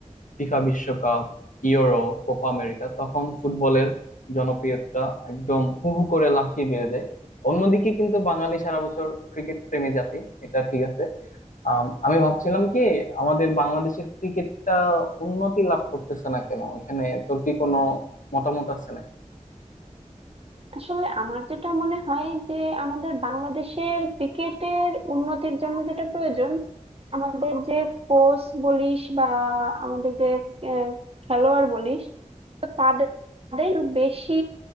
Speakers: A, on the left; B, on the right.
A: ফিফা বিশ্বকাপ ইউরো কোপা আমেরিকা তখন ফুটবলের জনপ্রিয়তা একদম হু হু করে লাফিয়ে বেড়ে যায় অন্যদিকে কিন্তু বাঙালি সারা বছর ক্রিকেট প্রেমী জাতি এটা ঠিক আছে আম, আমি ভাবছিলাম কি আমাদের বাংলাদেশের ক্রিকেটটা উন্নতি লাভ করতেছে না কেন এখানে তোর কি কোনো মতামত আছে না
B: আসলে আমার যেটা মনে হয় যে আমাদের বাংলাদেশের ক্রিকেটের উন্নতির জন্য যেটা প্রয়োজন আমাদের যে কোচ বলিস বা আমাদের যে আহ, খেলোয়াড় বলিস তো তাদের তাদের একটু বেশি